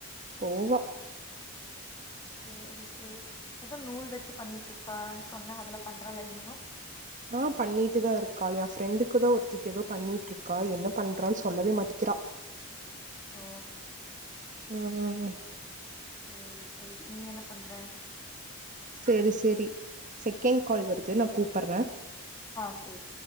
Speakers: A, on the right; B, on the left.
A: போவ
B: சேரி சேரி ஏதோ நூல் வச்சு பண்ணிட்டு இருக்கான்னு சொன்ன அதலா பண்றலா இன்னியு <inaudible>
A: ஆஹ் பண்ணிட்டுதா இருக்கா எ ஃப்ரெண்டுக்குதா ஒருத்தக்கு ஏதோ பண்ணிட்டு இருக்கா என்ன பண்றான்னு சொல்லவே மாட்டேிக்கிறா
B: ஹ்
A: ம் ம் ம்
B: ம் செரி நீ என்ன பண்ற
A: செரி செரி செகண்ட் கால் வருது நான் கூப்பிடுற
B: ஆ செர்